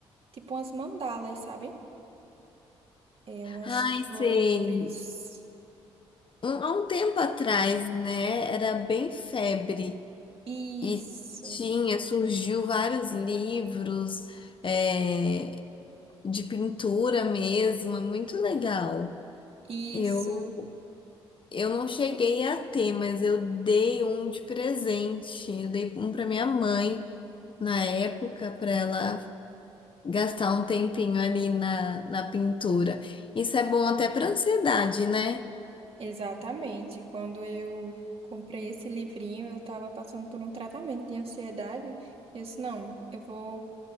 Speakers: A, on the right; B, on the left.
A: tipo umas mandalas, sabe? É umas
B: Ai,
A: flores.
B: sei. Um- há um tempo atrás, né? Era bem febre.
A: Isso,
B: E tinha, surgiu vários livros, é, de pintura mesmo, é muito legal.
A: isso.
B: Eu, eu não cheguei a ter, mas eu dei um de presente. Eu dei um para minha mãe na época, para ela gastar um tempinho ali na, na pintura. Isso é bom até para ansiedade, né?
A: Exatamente. Quando eu comprei esse livrinho, eu estava passando por um tratamento de ansiedade. E Eu disse, não, eu vou